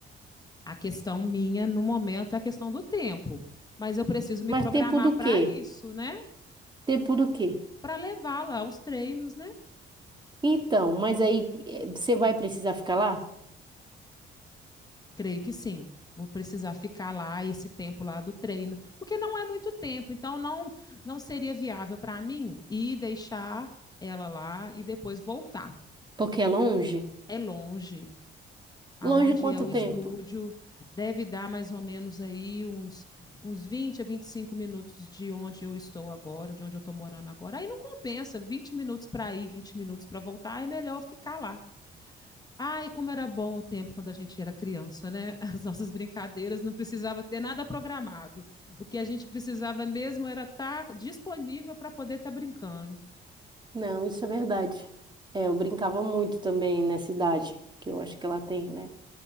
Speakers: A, on the left; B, on the right.
A: A questão minha no momento é a questão do tempo, mas eu preciso me
B: Mas
A: programar
B: tempo do
A: para
B: quê?
A: isso, né?
B: Tempo do quê?
A: Para levá-la aos treinos, né?
B: Então, mas aí eh, você vai precisar ficar lá?
A: Creio que sim. Vou precisar ficar lá esse tempo lá do treino, porque não é muito tempo, então não não seria viável para mim ir deixar ela lá e depois voltar.
B: Porque é longe?
A: É longe, aonde
B: Longe quanto
A: é o
B: tempo?
A: estúdio, deve dar mais ou menos aí uns, uns 20 a 25 minutos de onde eu estou agora, de onde eu estou morando agora. Aí não compensa, 20 minutos para ir, 20 minutos para voltar, é melhor ficar lá. Ai, como era bom o tempo quando a gente era criança, né? <laughs> As nossas brincadeiras não precisava ter nada programado. O que a gente precisava mesmo era estar disponível para poder estar brincando.
B: Não, isso é verdade. É, eu brincava muito também nessa idade, que eu acho que ela tem, né?